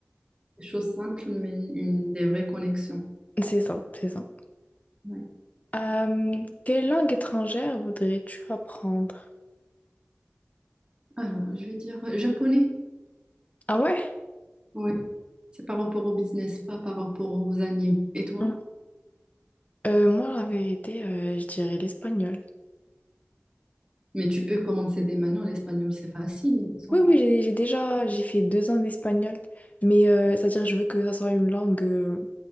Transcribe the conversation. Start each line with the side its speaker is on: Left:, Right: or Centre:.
Right: des choses simples, mais une des vraies connexions.
Left: C'est ça, c'est ça.
Right: Ouais.
Left: Euh, quelle langue étrangère voudrais-tu apprendre?
Right: Alors, je vais dire euh, japonais.
Left: Ah ouais?
Right: Oui, c'est par rapport au business, pas par rapport aux animes. Et toi?
Left: Hmm. Euh, moi, la vérité, euh, je dirais l'espagnol.
Right: Mais tu peux commencer dès maintenant. L'espagnol, c'est facile, il me semble.
Left: Oui, oui, j'ai j'ai déjà, j'ai fait deux ans d'espagnol, mais euh, c'est-à-dire je veux que ça soit une langue euh,